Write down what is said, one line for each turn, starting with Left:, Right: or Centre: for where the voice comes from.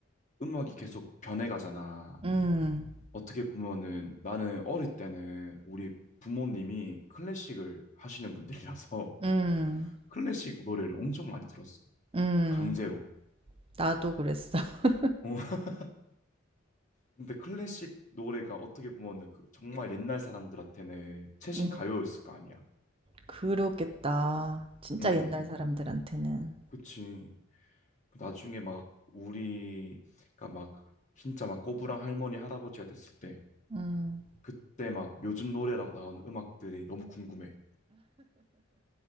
Left: 음악이 계속 변해가잖아.
Right: 음.
Left: 어떻게 보면은 나는 어릴 때는 우리 부모님이 클래식을 하시는 분들이라서
Right: 음.
Left: <laughs> 클래식 노래를 엄청 많이 들었어.
Right: 음.
Left: 강제로.
Right: 나도 그랬어. <laughs>
Left: 어. <laughs> 근데 클래식 노래가 어떻게 보면은 그 정말 옛날 사람들한테는 최신
Right: 음.
Left: 가요였을 거 아니야.
Right: 그렇겠다. 진짜
Left: 음,
Right: 옛날 사람들한테는.
Left: 그치. 나중에 막 우리가 막 진짜 막 꼬부랑 할머니 할아버지가 됐을 때
Right: 음.
Left: 그때 막 요즘 노래라고 나오는 음악들이 너무 궁금해.